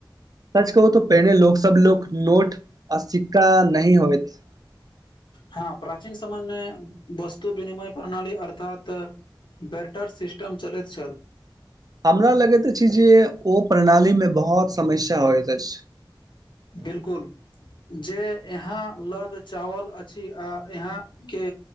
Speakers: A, on the right; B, on the left.
A: सच कहू तो पहिने लोक सब लोक नोट आ सिक्का नही होइत
B: हँ प्राचीन समायमे वस्तु विनिमय प्रणाली अर्थात बेटर सिस्टम चलैत छल
A: हमरा लगैत अछि जे ओ प्रणाली मे बहुत समस्या होइत अछि
B: बिल्कुल जे यहाँ लग चावल अछि आ यहाँ के